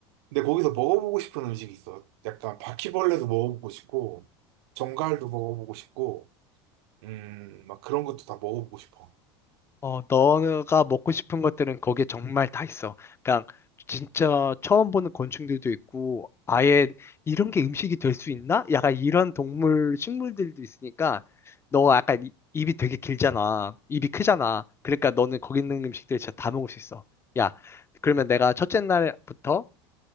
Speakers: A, on the right; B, on the left.
A: 근데 거기서 먹어보고 싶은 음식이 있어. 약간 바퀴벌레도 먹어보고 싶고, 정갈도 먹어보고 싶고, 음, 막 그런 것도 다 먹어보고 싶어.
B: 어, 너가 먹고 싶은 것들은 거기에 정말 다 있어. 그냥 진짜 처음 보는 곤충들도 있고, 아예 이런 게 음식이 될 수 있나? 약간 이런 동물, 식물들도 있으니까, 너가 약간 이- 입이 되게 길잖아. 입이 크잖아. 그러니까 너는 거기 있는 음식들 진짜 다 먹을 수 있어. 야, 그러면 내가 첫째 날부터